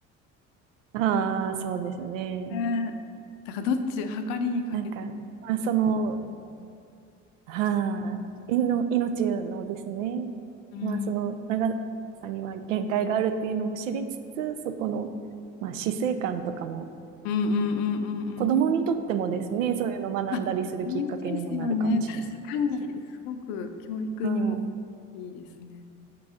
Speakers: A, on the right (about 80°); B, on the left (about 65°).
A: ああ、そうですね。
B: ねえだからどっち、計りにかけて。
A: なんか、まあ、その、
B: どっちう
A: はい、いの、命のですね、
B: ん、うん
A: まあ、その長さには限界があるっていうのも知りつつ、そこの、まあ、死生観とかも、
B: うんうんうんうんう
A: 子供にとってもですね、
B: ん。
A: そういうのを学んだりするきっかけにもなるかもしれないですよね。
B: あ、嬉しいですよね。確かに、すごく教育にも
A: はい
B: いいですね。